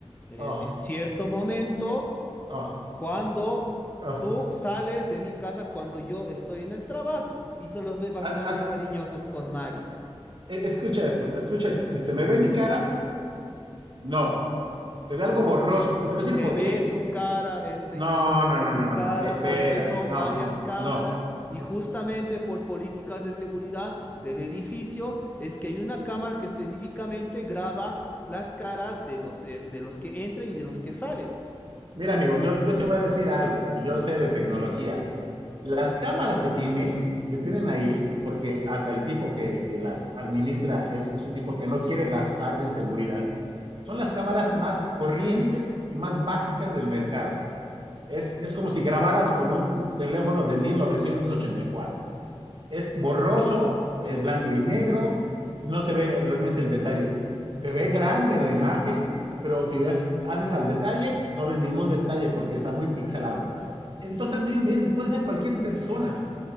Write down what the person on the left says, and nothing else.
en,
en cierto momento
cuando
tú sales de mi casa, cuando yo estoy en el trabajo, y se los ve bastante
cariñosos con Mari.
Se
ve
tu cara, este
yo, se
ve
tu
cara
porque son
varias
cámaras
y justamente por políticas de seguridad del edificio es que hay una cámara que específicamente graba las caras de los, eh, de los que entran y de los que salen.